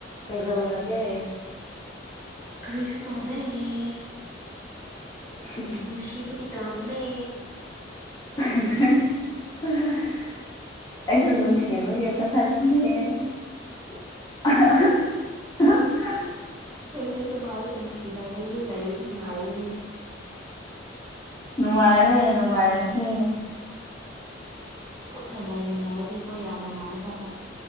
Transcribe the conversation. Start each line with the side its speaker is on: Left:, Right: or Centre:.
Left: ꯀꯩꯗꯕꯔꯒꯦ
Right: ꯔꯤꯁꯨꯨ ꯇꯧꯣꯏ
Left: ꯎ
Right: ꯅꯨꯡꯁꯤꯕꯒꯤ ꯇꯧꯔꯛꯔꯕꯅꯦ
Left: ꯑ ꯑꯩꯁꯨ ꯅꯨꯡꯁꯤꯕꯒꯤ ꯄꯊꯥꯅꯦ ꯑ
Right: ꯑꯩꯈꯣꯏꯁꯦ ꯑꯗꯨꯃꯥꯏꯅ ꯅꯨꯡꯁꯤꯅꯔꯗꯤ ꯂꯩꯔ ꯅꯨꯡꯉꯥꯏꯔꯤ
Left: ꯅꯨꯡꯉꯥꯏꯔꯦ ꯅꯨꯡꯉꯥꯏꯔꯁꯦ
Right: ꯄꯨꯠꯟꯅ ꯂꯩꯃꯤꯟꯅꯔꯗꯤꯀꯣ ꯌꯥꯝ ꯅꯨꯡꯉꯥꯏꯔꯗꯕ